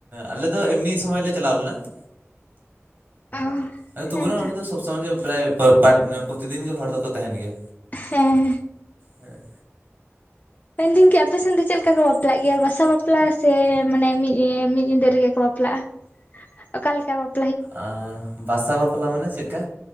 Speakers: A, on the right; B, on the left.
A: ᱟᱞᱮᱫ ᱫᱚ ᱮᱢᱱᱤ ᱥᱚᱢᱚᱭ ᱞᱮ ᱪᱟᱞᱟᱣ ᱞᱮᱱᱟ ᱾
B: ᱚ
A: ᱦᱮ ᱛᱚᱵᱩ
B: ᱦᱮᱸᱛᱚ
A: ᱚᱸᱰᱮ ᱫᱚ ᱥᱚᱵ ᱥᱚᱢᱚᱭ ᱜᱮ ᱯᱨᱟᱭ <inaudible> ᱯᱚᱛᱤᱫᱤᱱ ᱜᱮ ᱦᱚᱲ ᱫᱚᱠᱚ ᱛᱟᱦᱮᱱ ᱜᱮᱭᱟ,
B: ᱦᱮᱸ
A: ᱦᱮᱸ᱾
B: ᱢᱮᱱᱫᱟᱹᱧ ᱠᱤ ᱟᱯᱮᱥᱱ ᱫᱚ ᱪᱮᱫ ᱞᱮᱠᱟ ᱠᱚ ᱵᱟᱯᱞᱟᱜ ᱜᱮᱭᱟ ᱵᱟᱥᱟ ᱵᱟᱯᱞᱟ ᱥᱮ ᱢᱟᱱᱮ ᱢᱤᱫ ᱤᱭᱮᱸᱢᱤᱫ ᱧᱤᱫᱟᱹ ᱨᱮᱜᱮ ᱠᱚ ᱵᱟᱯ? ᱵᱟᱯᱞᱟᱜ ᱟ ᱚᱠᱟᱞ ᱞᱮᱠᱟ ᱵᱟᱯ
A: ᱟ ᱵᱟᱥᱟ ᱵᱟᱯᱞᱟ ᱢᱟᱱᱮ ᱪᱮᱫᱞᱮᱠᱟ?